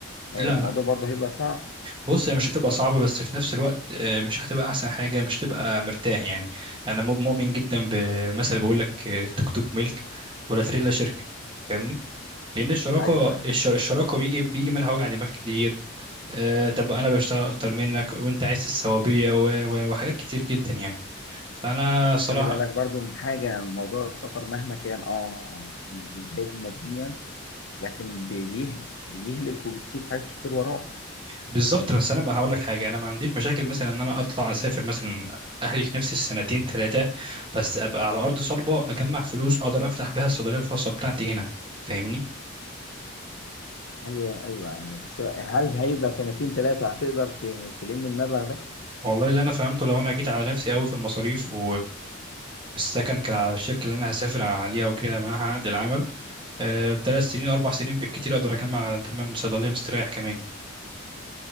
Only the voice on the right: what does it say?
لا
بص هي مش هتبقى صعبة بس في نفس الوقت آه، مش هتبقى أحسن حاجة مش تبقى مرتاح يعني أنا مو- مؤمن جدا بمثل بيقول لك آه، توك توك ملك ولا تريلا شركة فاهمني؟ لأن الشراكة
الشر- الشراكة بيجي بيجي منها وجع دماغ كتير آه، طب أنا بشتغل أكتر منك وأنت عايز السوابية و- و- وحاجات كتير جدا يعني فأنا
صراحة
بالظبط بس انا بقى هقول لك حاجه انا ما عنديش مشاكل مثلا ان انا اطلع اسافر مثلا اهلك نفسي السنتين ثلاثه بس ابقى على ارض صلبه اجمع فلوس اقدر افتح بيها الصيدليه الخاصه بتاعتي هنا فاهمني
والله اللي انا فهمته لو انا جيت على نفسي قوي في المصاريف و... والسكن كان على الشركه اللي انا هسافر عليها وكده معاها عقد العمل آه، ثلاث سنين اربع سنين بالكتير اقدر اجمع ثمن صيدليه مستريح كمان